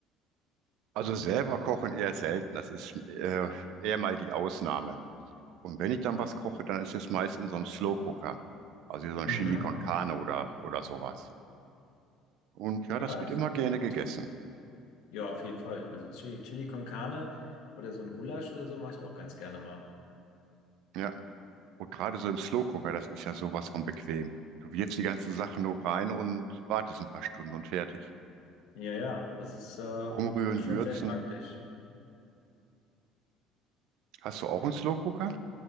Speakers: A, on the right (about 75°); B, on the left (about 75°).
A: also selber kochen eher selten. Das ist äh, eher mal die Ausnahme. Und wenn ich dann was koche, dann ist es meist in so einem Slow Cooker. Also so ein
B: Mhm.
A: Chili con Carne oder, oder sowas. Und ja, das
B: Ja, das
A: wird immer gerne
B: doch
A: gegessen.
B: ganz gerne. Ja, auf jeden Fall. Also Chili, Chili con Carne oder so ein Gulasch oder so mache ich auch ganz gerne mal.
A: Ja. Und gerade so im Slow-Cooker, das ist ja sowas von bequem. Du wirfst die ganzen Sachen nur rein und wartest ein paar Stunden und fertig.
B: Ja, ja, das ist, äh,
A: Umrühren,
B: ist schon
A: würzen.
B: sehr praktisch.
A: Hast du auch einen Slow-Cooker?